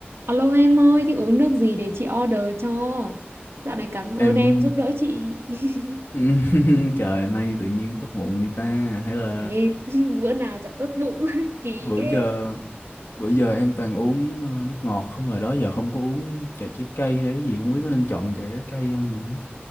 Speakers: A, on the right (about 85°); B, on the left (about 70°).
A: Alo em ơi, thích uống nước gì để chị order cho? Dạo này cảm ơn
B: em
A: em giúp đỡ chị. <laughs>
B: <laughs> trời nay tự nhiên tốt bụng như ta hay là
A: Ê, <laughs> bữa nào chả tốt bụng, <laughs> kỳ
B: bữa
A: ghê.
B: giờ bữa giờ em toàn uống ờ, nước ngọt không rồi đó giờ không có uống trà trái cây hay gì không biết có nên chọn trà trái cây không nữa